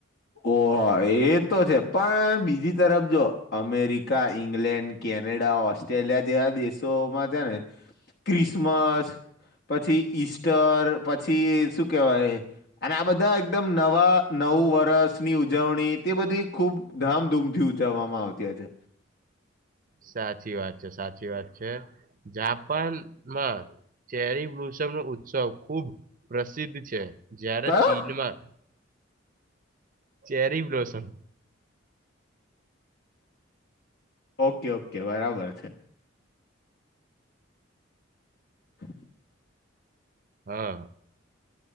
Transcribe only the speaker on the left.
ઓહા એ તો છે પણ બીજી તરફ જો અમેરિકા ઈંગ્લેન્ડ કે કેનેડા ઓસ્ટ્રેલિયા જેવા દેશોમાં છે ને, ક્રિસમસ. પછી ઈસ્ટર પછી શું કેહેવાય, અને આ બધા એકદમ નવા નવ વર્ષની ઉજવણી તે બધી ખૂબ ધામધૂમથી ઉજવવામાં આવતી છે.
કયો
ઓકે ઓકે બરાબર છે. હ <inaudible>